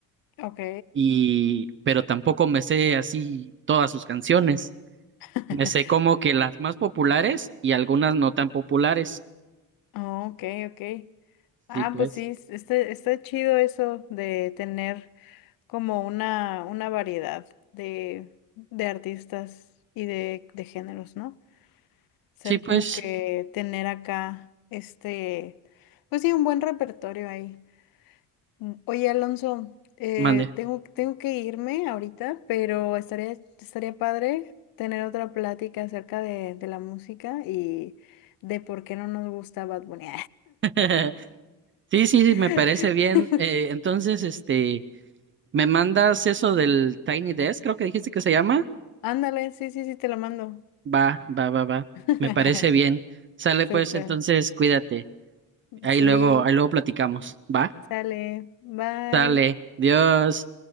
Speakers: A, on the left (about 75°); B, on the right (about 35°).
A: Ok.
B: y pero tampoco me sé así todas sus canciones.
A: <laughs>
B: Me sé como que las más populares y algunas no tan populares.
A: Oh, ok, ok. Ah,
B: Sí, pues.
A: pues sí, es- está, está chido eso de tener como una, una variedad de, de artistas y de, de géneros, ¿no? ser
B: Sí, pues,
A: como que tener acá este, pues sí, un buen repertorio ahí. Mm, Oye, Alonso, eh,
B: mande.
A: tengo, tengo que irme ahorita, pero estaría, estaría padre tener otra plática acerca de, de la música y de por qué no nos gusta Bad Bunny.
B: <laughs> Sí, sí, sí,
A: <laughs>
B: me parece bien. Eh, entonces, este, ¿me mandas eso del Tiny Desk? Creo que dijiste que se llama.
A: Ándale, sí, sí, sí, te lo mando.
B: Va, va, va, va.
A: <laughs>
B: Me parece bien. Sale pues,
A: Súper.
B: entonces, cuídate. Ahí
A: Sí,
B: luego, ahí luego platicamos. Va.
A: sale. Bye.
B: Sale. Dios.